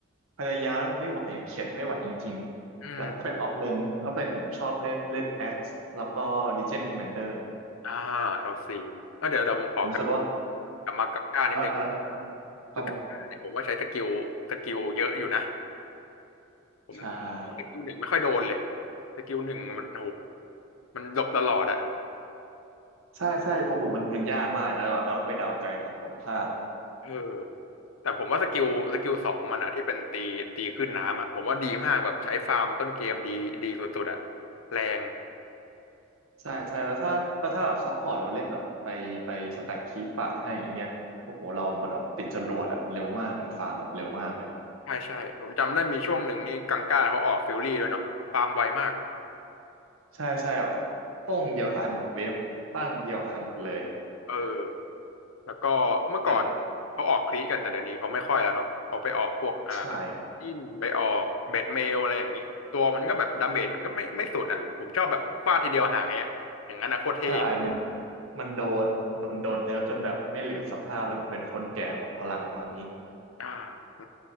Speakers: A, on the right (about 90°); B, on the left (about 80°).
A: พยายามแล้วมันไม่ไหวอะเข็ดไม่ไหวจริงๆแต่ถ้าเป็นออฟเลนออฟเลนผมชอบเล่นเล่นแอ็กซ์แล้วก็ลีเจียนคอม
B: อืม
A: m มนเดอร์
B: อ่า LC แอล้วเดี๋ยวเดี๋ยวผมขอกลับ
A: ผมรู้สึกว่า
B: กลับมากาก้านิดนึง
A: เอออะไรครับครับผม
B: คือกาก้าเนี่ยผมว่าใช้สกิลสกิลเยอะอยู่นะผมส
A: ใช่
B: กิลหนึ่งไม่ค่อยโดนเลยสกิลหนึ่งมันโอ้โหมันหลบตลอดอะ
A: ใช่ใช่โอ้โหมันมันยากมากนะแบบเราต้องไปเดาใจฝั่งตรงข้าม
B: เออ แต่ผมว่าสกิลสกิลสองมันอ่ะที่เป็นตีตีขึ้นน้ำอ่ะผมว่าดีมากแบบใช้ฟาร์มต้นเกมดีดีสุดๆอ่ะแรง
A: ใช่ใช่แล้วถ้าแล้วถ้าแบบซัพพอร์ตเราเล่นแบบไปไปสแต็กคีปป่าให้อย่างเงี้ยโอ้โหเราเหมือนแบบติดจรวดอะเร็วมากเลยฟาร์มแบบเร็วมากเลย
B: ใช่ใช่ผมจำได้มีช่วงหนึ่งนี่กังก้าเขาออกฟิลลี่ด้วยเนาะฟาร์มไวมาก
A: ใช่ใช่แบบป้งเดียวหายหมดเวฟปั้งเดียวหายหมดเลย
B: เออแล้วก็เมื่อก่อนเขาออกคลีกันแต่เดี๋ยวนี้เขาไม่ค่อยแล้วเนาะเขาไปออกพวกอ่า
A: แต่ใช่ครับ
B: อินไปออกเบ็ดเมลอะไรอย่างนี้ตัวมันก็แบบดาเมจมันก็ไม่ไม่สุดอ่ะผมชอบแบบฟาดทีเดียวหายอ่ะอย่างนั้นอ่ะโคตรเท่
A: ใช่มันมันโดนโดนโดนเนื้อจนแบบไม่เหลือสภาพแล้วเหมือนเป็นคนแก่หมดพลังตอนนี้
B: อ่า